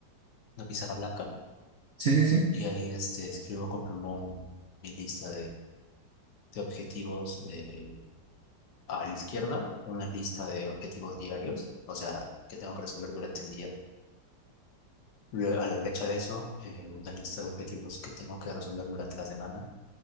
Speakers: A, on the left (about 70°); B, on the right (about 65°).
A: una pizarra blanca
B: Sí, sí, sí.
A: y ahí este, escribo con plumón mi lista de de objetivos de- a la izquierda, una lista de objetivos diarios, o sea, que tengo que resolver durante el día. Lue- A la derecha de eso, eh, una lista de objetivos que tengo que resolver durante la semana.